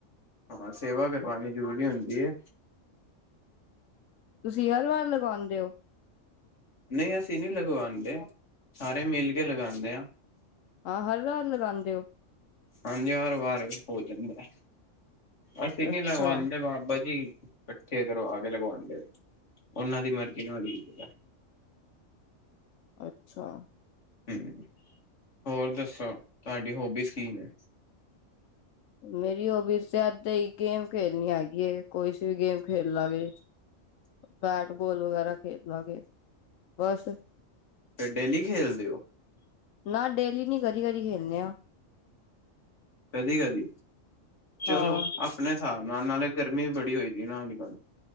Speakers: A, on the left; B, on the left.
A: ਹਾਂ, ਸੇਵਾ ਕਰਵਾਨੀ ਜ਼ਰੂਰੀ ਹੁੰਦੀ ਏ।
B: ਤੁਸੀਂ ਹਰ ਵਾਰ ਲਗਾਉਂਦੇ ੳ।
A: ਨਈ ਅਸੀਂ ਨੀ ਲਗਵਾਂਦੇ, ਸਾਰੇ ਮਿਲ ਕੇ ਲਗਾਂਦੇ ਆਂ।
B: ਹਾਂ ਹਰਵਾਰ ਲਗਾਂਦੇ ਉ।
A: ਹਾਂਜੀ ਹਰ ਵਾਰ ਹੋ ਜਾਂਦੈ, ਅਸੀਂ ਨੀ
B: ਅੱਛਾ
A: ਲਗਵਾਂਦੇ ਬਾਬਾ ਜੀ ਕਠੇ ਕਰਵਾ ਕੇ ਲਗਵਾਦੇ, ਉਨਾਂ ਦੀ ਮਰਜ਼ੀ ਨਾਲ ਈ ਹੁੰਦਾ।
B: ਅੱਛਾ
A: ਹੂੰ, ਹੋਰ ਦੱਸੋ ਤੁਹਾਡੀ ਹੋਬੀਜ਼ ਕੀ ਨੇ।
B: ਮੇਰੀ ਹੋਵੀਜ਼ ਵੀ ਏਦਾ ਈ ਗੇਮ ਖੇਲਨੀ ਹੈਗੀ ਏ, ਕੋਈ ਸੀ ਵੀ ਗੇਮ ਖੇਲ ਲਾਂਗੇ। ਬੈਟ ਬੋਲ ਵਗੈਰਾ ਖੇਡ ਲਾਂਗੇ ਬਸਵ
A: ਤੇ ਡੇਲੀ ਖੇਲਦੇ ੳ।
B: ਨਾ ਡੇਲੀ ਨੀ ਕਦੀ ਕਦੀ ਖੇਲਨੇ ਆ।
A: ਕਦੀ-ਕਦੀ ਚਲੋ
B: ਹਾਂ
A: ਆ ਅਪਨੇ ਸਾਬ ਨਾਲ, ਨਾਲੇ ਗਰਮੀ ਵੀ ਬੜੀ ਹੋਈਦੀ ਏ ਅਜ ਕੱਲ